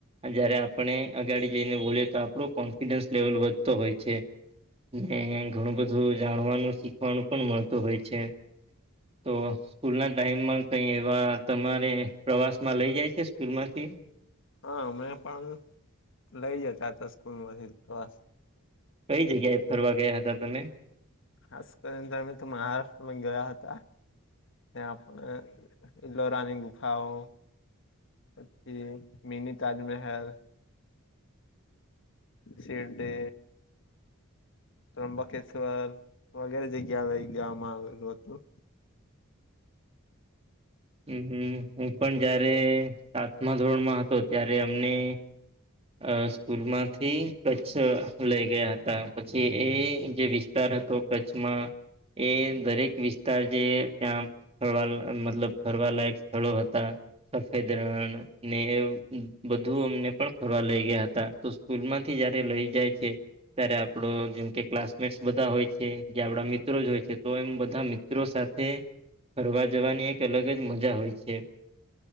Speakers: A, on the right (about 30°); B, on the left (about 60°).
A: જયારે આપણે અગાડી જઈને બોલીએ તો આપણો કોન્ફિડન્સ લેવલ વધતો હોય છે. ને ઘણું બધું જાણવાનું શીખવાનું પણ મળતું હોય છે. તો સ્કૂલ ના ટાઈમમાં કઈ એવા તમારે. પ્રવાસ માં લઇ જાય છે સ્કૂલ માંથી.
B: હા મેમે પણ લઈ જતા હતા સ્કૂલમાંથી ક્સ.
A: કઈ જગ્યાએ ફરવા ગયા હતા તમે.
B: ખાસ કરીને તો અમે તો મહારાષ્ટ્રમાં ગયા હતા. એ આપને લરાની ગુંંફાઓ. પછી મિની તાજમહેલ. શિરડે. ત્ર્યુંબકેશ્વર વગેરે જગ્યા આવે ગ આવેલું હતું.
A: હમ હું પણ જયારે સાતમા ધોરણમાં હતો ત્યારે અમને અ સ્કૂલ માંથી કચ્છ લઈ ગયા હતા પછી એ જે વિસ્તાર હતો કચ્છમાં એ દરેક વિસ્તાર જે ત્યાં ફરવા મતલબ ફરવાલાયક સ્થળો હતા. સફેદ રણ ને બધું અમને પણ ફરવા લઈ ગયા હતા તો સ્કૂલ માંથી જયારે લઈ જાય છે. ત્યારે આપડો જેમ કે ક્લાસમેટસ બધા હોય છે જે આપડા મિત્રો જ હોય છે તો એમ બધા મ્ર મિત્રો સાથે ફરવા જવાની એક અલગ જ મજા હોય છે.